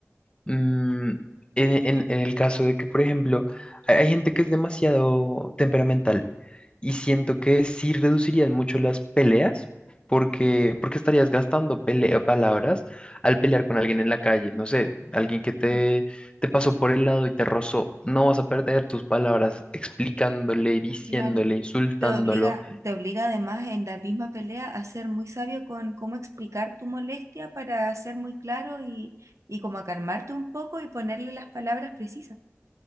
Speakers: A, on the left (about 20°); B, on the right (about 80°).
A: Mm, en, en- en el caso de que, por ejemplo, hay, hay gente que es demasiado temperamental y siento
B: <laughs>
A: que sí reducirían mucho las peleas porque,
B: Mm, mm,
A: porque estarías gastando pele- palabras al pelear con alguien en la calle. No sé, alguien que te,
B: mm,
A: te pasó por el lado y te rozó. No vas a perder tus palabras explicándole, diciéndole,
B: Claro,
A: insultándolo.
B: Te obliga, te obliga además en la misma pelea a ser muy sabio con cómo explicar tu molestia para ser muy claro y, y como a calmarte un poco y ponerle las palabras precisas.